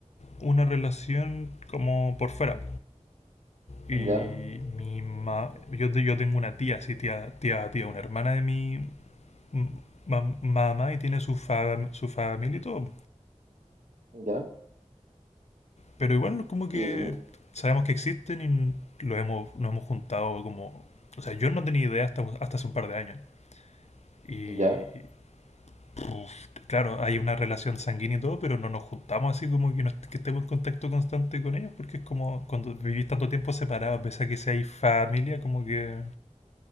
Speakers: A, on the left; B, on the right.
A: una relación como por fuera. Y
B: ya,
A: mi ma yo, te- yo tengo una tía, así tía, tía, tía, una hermana de mi m- ma- mamá y tiene su, fa- su familia y todo.
B: ya,
A: Pero igual como que
B: y
A: sabemos que existen y lo hemos, nos hemos juntado como... O sea, yo no tenía idea hasta, hasta hace un par de años. Y
B: ya,
A: puf, claro, hay una relación sanguínea y todo, pero no nos juntamos así como que, nos- que estemos en contacto constante con ellos, porque es como cuando vivís tanto tiempo separado, pese a que seáis familia, como que